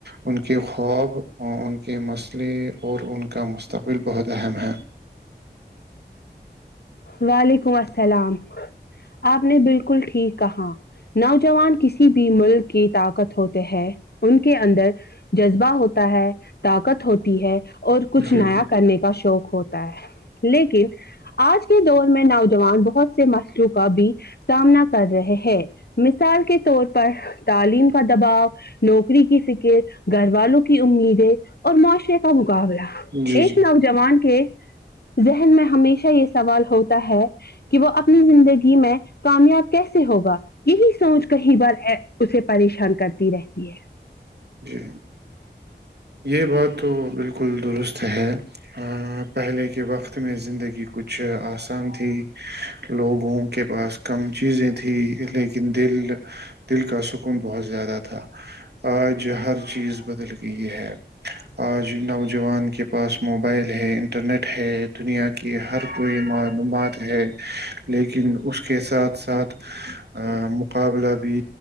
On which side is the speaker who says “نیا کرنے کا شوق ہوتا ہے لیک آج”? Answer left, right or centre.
Left